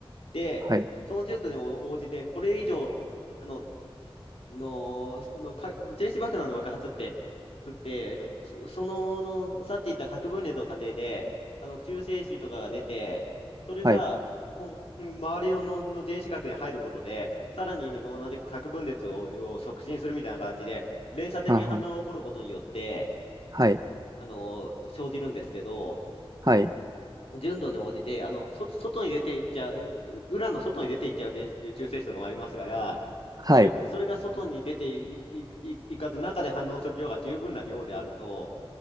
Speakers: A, on the left; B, on the right.
A: で、
B: はい、
A: その純度に応じて、これ以上、あの、の、のか、原子爆弾の爆発って、つって、えっと、そ、その、の、さっき言った核分裂の過程で、あの、中性子とかが出て、それが、
B: はい、
A: ほ周りの、の、の原子核に入ることで、さらに同じく核分裂を、を促進するみたいな形で、連鎖的に反応が起こることによって、
B: はんはんはい、
A: あの、生じるんですけど、
B: はい、
A: 純度に応じて、あの、そ、外に出ていっちゃう、うウランの外に出ていっちゃう電子中性子とかもありますから、
B: はい、
A: それが、それが外に出てい、い、いいかず中で反応する量が十分な量であると